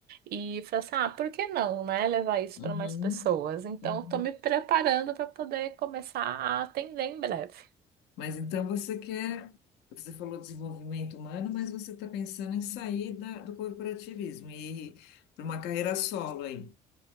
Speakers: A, on the right; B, on the left.
A: E falei assim: ah, por que não, né? Levar isso
B: uhum,
A: para mais pessoas. Então,
B: uhum.
A: estou me preparando para poder começar a atender em breve.
B: Mas então você quer, você falou desenvolvimento humano, mas você está pensando em sair da- do corporativismo e ir para uma carreira solo aí.